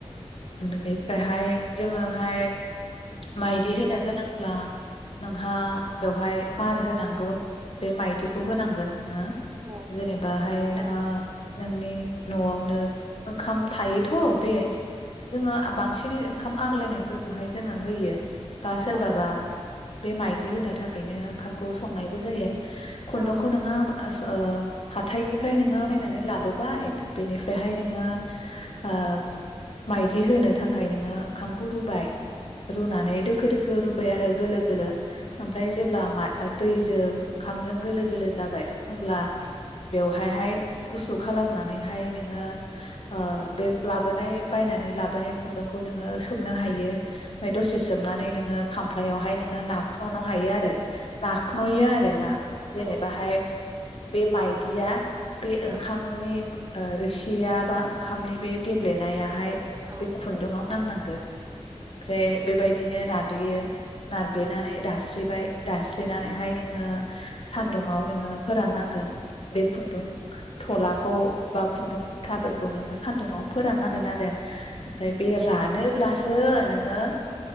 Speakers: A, on the left; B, on the right.
A: बेनिफ्रायहाय जोङोहाय माइदि होनो गोनांब्ला नोंहा बेवहाय मार होनांगौ बे माइदिखौ होनांगोन। ओ
B: उम
A: जेनेबाहाय
B: औ
A: नोङो नोंनि न'आवनो ओंखाम थायोथ' बे जोङो बांसिन बिनि ओंखाम आग्लायनायफोरखौहाय जोङो होयो। बा सोरबाबा
B: औ
A: बे माइदि होनो थाखायनो ओंखामखौ संनायबो जायो। खुन्दुंखौ
B: औ
A: नोङो ओ स हाथायनिफ्राय नोङो बायनानै लाबोबाय बेनिफ्रायहाय नोङो ओ माइदि होनो थाखाय नोङो ओंखामखौ रुबाय। रुनानै दोखो दोख रुबाय आरो गोलो गोलो ओमफ्राय जेब्ला मा दैजों ओंखामजों गोलो गोलो जाबाय अब्ला बेवहायहाय गुसु खालामनानैहाय नोङो ओ बे लाबोनाय बायनानै लाबोनाय खुन्दुंखौ नोङो सोमनो हायो ओमफ्राय दसे सोमनानै नोङो खामफ्लायावहाय नोङो नाखन'नो हायो आरो नाखन'यो आरो ना। जेनेबाहाय
B: औ औ औ उम
A: बे माइदिया बे ओंखामनि
B: औ
A: ओ रोसिया बा ओंखामनि बे गेब्लेनायाहाय
B: औ
A: बे खुन्दुंआव
B: औ
A: नांनां गोन ओमफ्राय बेबायदि बिदिनो नाग्लियो नाग्लिनानै दास्रिबाय दास्रिनानैहाय नोङो सानदुङाव नोङो फोराननांगोन बे खुन्दुं थलाखौ बा खुन्दुं मुथाफोरखौ नोङो सान्दुङाव फोराननांगोन आरो ओमफ्राय बे रानो अब्लासो नोङो